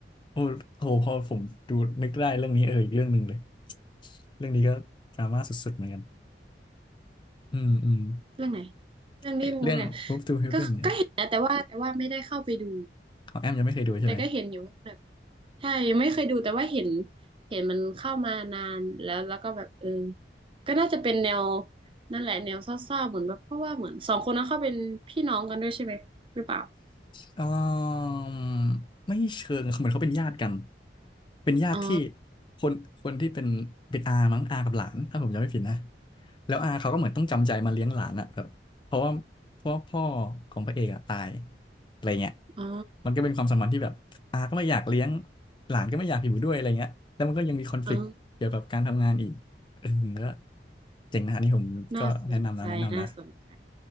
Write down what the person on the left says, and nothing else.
โอ้โหพอผมดูนึกได้เรื่องนี้เอออีกเรื่องหนึ่งเลยเรื่องนี้ก็ดราม่าสุดๆเหมือนกันอืมอืม
เอ๊ะเรื่อง Move to Heaven
เนี่ยของแอมยังไม่เคยดูใช่ไหม
เอ่อไม่เชิงเหมือนเขาเป็นญาติกันเป็นญาติที่
คนคนที่เป็นเป็นอามั้งอากับหลานถ้าผมจำไม่ผิดนะแล้วอาเขาก็เหมือนต้องจำใจมาเลี้ยงหลานอะแบบเพราะว่าเพราะว่าพ่อของพระเอกอะตายอะไรเงี้ย
มันก็เป็นความสัมพันธ์ที่แบบอาก็ไม่อยากเลี้ยงหลานก็ไม่อยากอยู่ด้วยอะไรเงี้ยแล้วมันก็ยังมีคอนฟ
lict เกี่ยวกับการทำงานอีกเออก็เจ๋งนะอันนี้ผมก็แนะนำนะแนะนำนะ